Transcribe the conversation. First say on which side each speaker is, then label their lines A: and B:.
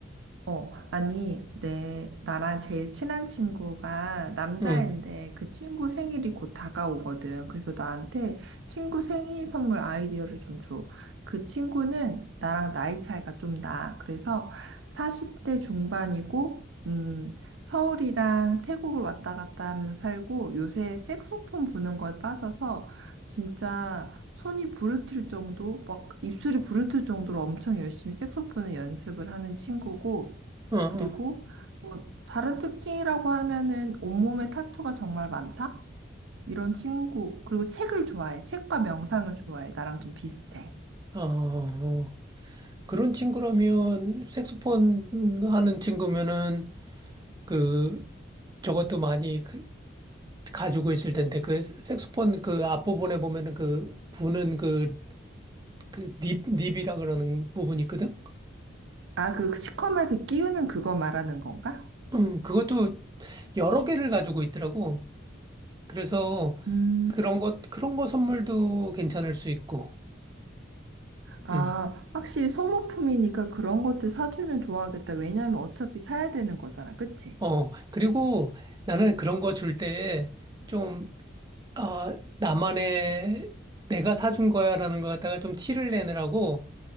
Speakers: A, on the right (about 70°); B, on the right (about 20°).
A: 어, 아니, 내, 나랑 제일 친한 친구가 남자인데
B: 음,
A: 그 친구 생일이 곧 다가오거든. 그래서 나한테 친구 생일 선물 아이디어를 좀 줘. 그 친구는 나랑 나이 차이가 좀 나. 그래서 40대 중반이고, 음, 서울이랑 태국을 왔다 갔다 하면서 살고 요새 색소폰 부는 거에 빠져서 진짜 손이 부르틀 정도, 막 입술이 부르틀 정도로 엄청 열심히 색소폰을 연습을 하는 친구고,
B: 어, 어,
A: 그리고 뭐 다른 특징이라고 하면은 온몸에 타투가 정말 많다? 이런 친구. 그리고 책을 좋아해. 책과 명상을 좋아해. 나랑 좀 비슷해.
B: 어. 어, 어. 그런 친구라면 색소폰 하는 친구면은 그 저것도 많이 그- 가지고 있을 텐데 그 색소폰 그 앞부분에 보면은 그 부는 그 그 닙 닙이라 그러는 부분이 있거든.
A: 아, 그 시커멓게 끼우는 그거 말하는 건가?
B: 음, 그것도 여러 개를 가지고 있더라고. 그래서
A: 음.
B: 그런 것 그런 거 선물도 괜찮을 수 있고.
A: 아,
B: 음.
A: 확실히 소모품이니까 그런 것들 사주면 좋아하겠다. 왜냐면 어차피 사야 되는 거잖아. 그치?
B: 어, 그리고 나는 그런 거 줄 때좀 아, 나만의 내가 사준 거야라는 거 갖다가 좀 티를 내느라고